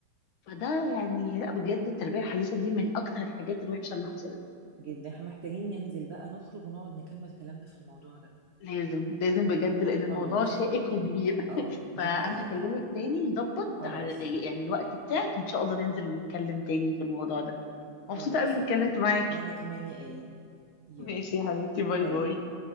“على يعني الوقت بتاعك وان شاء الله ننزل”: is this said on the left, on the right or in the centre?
Left